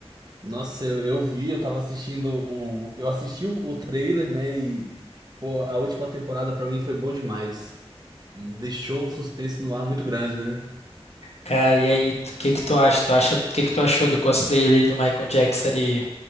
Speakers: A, on the right; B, on the left.
A: Nossa, eu, eu vi, eu tava assistindo um. Eu assisti o, o trailer, né? E, pô, a última temporada pra mim foi bom demais. Deixou um suspense no ar muito grande, né?
B: Cara, e aí, o que que tu acha? Tu acha, o que que tu achou do cosplay ali do Michael Jackson ali?